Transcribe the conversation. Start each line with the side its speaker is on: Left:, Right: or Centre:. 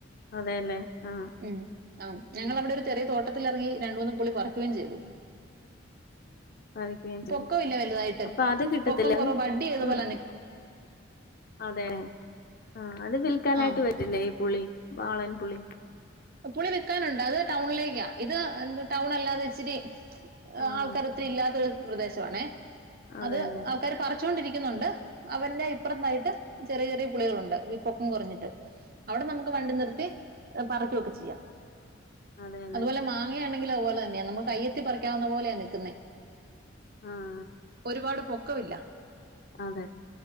Left: അതെ അതെ ആഹ്
Right: ഉം ആഹ് ഞങ്ങള് അവിടെ ഒരു ചെറിയ തോട്ടത്തി ഇറങ്ങി രണ്ട് മൂന്നും പുുളി പറിക്കുകയും ചെയ്തു
Left: പറിക്കുകയും ചെയ്യും
Right: പൊക്കം ഇല്ല വലുതായിട്ട്
Left: അപ്പൊ അത് കിട്ടത്തില്ല
Right: പൊക്കം കൊറവ്
Left: അത്
Right: വഡി ഏതുപോലെ
Left: ഉം അതെ ആഹ് അത് വിൽക്കാനായിട്ട്
Right: ആ
Left: വ റ്റില്ലേ പുളി വാളൻപുളി
Right: പുളി വിൽക്കാനുണ്ട് അത് ടൗണിലേക്കാ ഇത് എന്ത് ടൗൺ അല്ലാതെ ഇച്ചിരി
Left: ആഹ്
Right: ആൾക്കാർ ഒത്തിരി ഇല്ലാത്ത പ്രദേശമാണ്
Left: അതെല്ലേ
Right: അത് ആൾക്കാര് പറിച്ചുകൊണ്ടിരിക്കുന്നുണ്ട് അതിന്റെ ഇപ്പുറത്തായിട്ട് ചെറിയ ചെറിയ പുളികളുണ്ട് പൊക്കം കുറഞ്ഞിട്ട് അവിടെ നമുക്ക് വണ്ടി നിർത്തി പറക്കുവൊക്കെ ചെയ്യാം
Left: അതെല്ലേ
Right: അതുപോലെ മാ അങ്ങെയാണെങ്കിൽ അതുപോലെ തന്നെ നമ്മുക്ക് കയ്യത്തി പറിക്കാവുന്ന പോലാ നിൽക്കേ
Left: ആഹ്
Right: ഒരുപാട് പൊക്കമില്ല
Left: അതെ